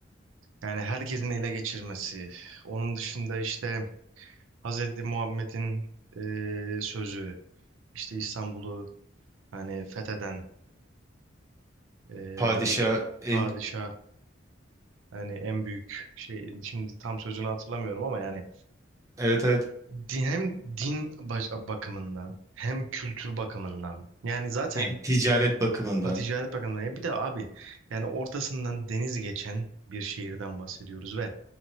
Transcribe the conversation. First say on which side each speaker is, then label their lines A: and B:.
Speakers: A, on the right; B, on the right.
A: Yani herkesin ele geçirmesi. Onun dışında işte Hazreti Muhammed'in eee, sözü, işte İstanbul'u hani fetheden eee,
B: Padişah en
A: padişah hani en büyük şey şimdi tam sözünü hatırlamıyorum ama yani
B: evet evet
A: din, hem din baş- bakımından hem kültür bakımından yani zaten
B: hem ticaret bakımından
A: Ha, Ticaret Bakanlığı'na ya bir de abi yani ortasından deniz geçen bir şehirden bahsediyoruz ve